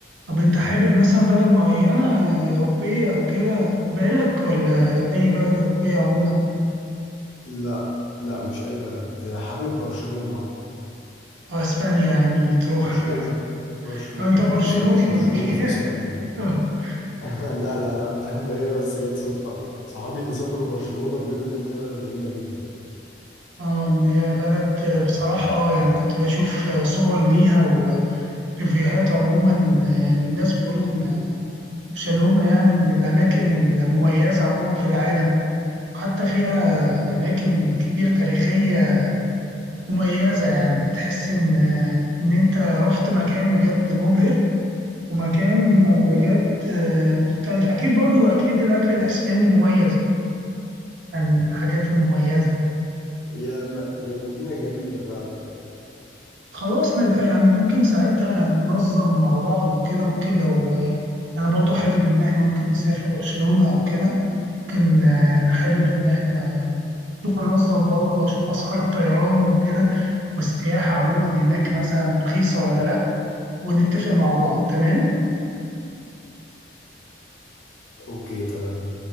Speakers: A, on the right; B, on the left.
A: طب أنت حابب مثلا بلد معينة أوروبية أو كده في بالك ولا أي بلد أوروبية عموما
B: لا لا مش اي بلد حابب برشلونة
A: أو أسبانيا يعني تروح
B: برشلونة
A: آه.
B: برشلونة
A: أو أنت برشلوني
B: اه بالظبط برشلونة
A: ولا إيه؟
B: في اسبانيا
A: <laughs>
B: <laughs> لا لا لا <laughs> ده هي بس جت صدفة صحابي اللي سافروا برشلونة بيقولوا ان هي بلد جميلة جدا
A: اه ان هي بلد بصراحة اه يعني كنت بشوف آه، صور ليها وريفيوهات عموما آه، الناس بيقولوا برشلونة يعني من الأماكن المميزة عموما في العالم حتى فيها أماكن كتير تاريخية مميزة يعني تحس إن إن أنت رحت مكان بجد مبهر ومكان بجد آه، مختلف أكيد برضو أكيد الأكل الأسباني مميز يعني الحاجات المميزة
B: يا م... يا مدينة جميلة فعلا
A: خلاص نبقى يعني ممكن ساعتها ننظم مع بعض وكده ممكن لو آه، أنا برضو حابب إن إحنا ممكن نسافر برشلونة أو كده لكن آه، أنا حابب إن إحنا أشوف أنظم برضه وأشوف أسعار الطيران وكده والسياحة عموما هناك مثلا رخيصة ولا لأ ونتفق مع بعض تمام؟
B: اوكي تمام